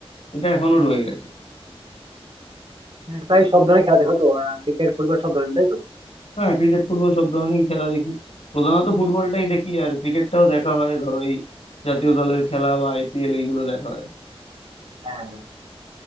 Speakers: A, on the left (about 75°); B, on the right (about 50°).
A: এটা এখনো রয়ে গেছে
B: মানে প্রায় সব ধরনের খেলা দেখো তো ক্রিকেট ফুটবল সব ধরনের তাই তো
A: হ্যাঁ ক্রিকেট ফুটবল সব ধরনেরই খেলা দেখি প্রধানত ফুটবলটাই দেখি আর ক্রিকেটটাও দেখা হয় ধরো এই জাতীয় দলের খেলা বা আইপিএল এইগুলো দেখা হয়
B: হ্যাঁ হ্যাঁ,